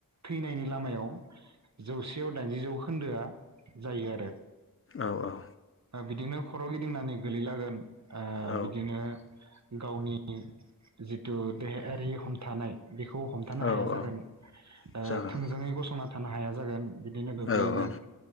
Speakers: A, on the right (about 50°); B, on the left (about 40°).
A: थैनायनि लामायाव जौसेयाव दाइनजि जौ खोन्दोआ जायो आरो
B: औ औ
A: बिदिनो खर' गिदिंनानै गोलैलागोन ओ
B: औ
A: बिदिनो गावनि जिथु देहायारि हमथानाय बेखौ हमथानो
B: औ
A: हाया
B: औ
A: जागोन ओ
B: जागोन
A: थोंजोङै गसंना थानो हाया जागोन। बिदिनो गोग्लैगोन
B: औ औ